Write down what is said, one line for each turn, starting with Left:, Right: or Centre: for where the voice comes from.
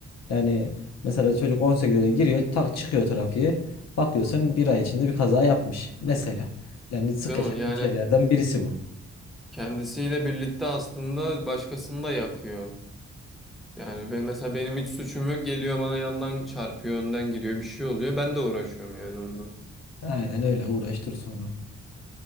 Left: Yani mesela çocuk 18'de giriyor, tak çıkıyor trafiğe. Bakıyorsun bir ay içinde bir kaza yapmış mesela. Yani sık
Centre: Değil
Left: yaşadığım
Centre: mi? Yani
Left: şeylerden birisi bu.
Centre: kendisiyle birlikte aslında başkasını da yakıyor. Yani ben mesela benim hiç suçum yok geliyor bana yandan çarpıyor, önden gidiyor bir şey oluyor. Ben de uğraşıyorum yani onunla.
Left: Aynen öyle uğraştır sonra.